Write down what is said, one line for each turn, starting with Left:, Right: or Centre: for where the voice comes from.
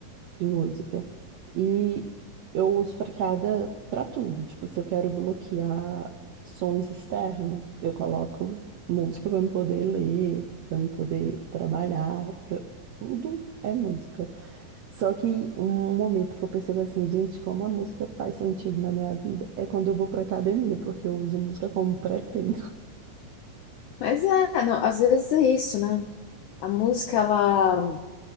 Right: de música. E eu uso para cada, para tudo. Tipo, se eu quero bloquear sons externos, eu coloco música para me poder ler, para me poder trabalhar, pra... tudo é música. Só que um momento que eu percebo assim, gente, como a música faz sentido na minha vida é quando eu vou pra academia, porque eu uso música como pré-treino. <laughs>
Left: Mas é, não, às vezes é isso, né? A música, ela,